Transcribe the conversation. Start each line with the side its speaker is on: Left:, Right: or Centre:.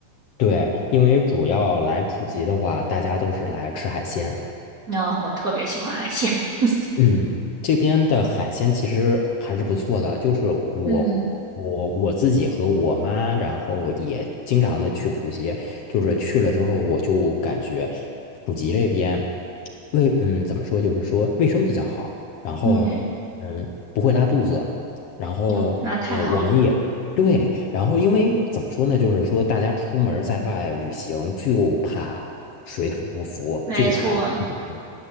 Left: 对，因为主要来普及的话，大家都是来吃海鲜。
Right: 那、我特别喜欢海鲜，<laughs>
Left: 嗯，这边的海鲜其实还是不错的，就是我我我自己和我妈，
Right: 嗯
Left: 然后也经常的去普吉，就是去了之后，我就感觉普吉这边卫嗯怎么说，就是说卫生比较好，然后
Right: 嗯，
Left: 嗯不会拉肚子，然后嗯我们也对，
Right: 那那太好了，
Left: 然后因为怎么说呢，就是说大家出门在外旅行就怕水土不服，
Right: 没错，
Left: 就怕拉肚子。